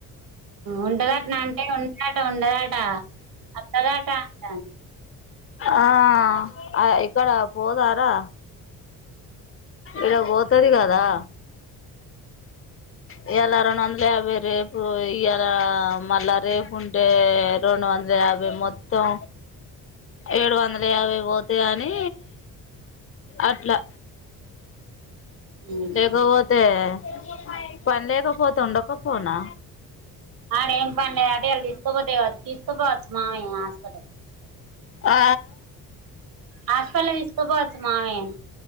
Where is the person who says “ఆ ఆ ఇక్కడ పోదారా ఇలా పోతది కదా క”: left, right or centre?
Left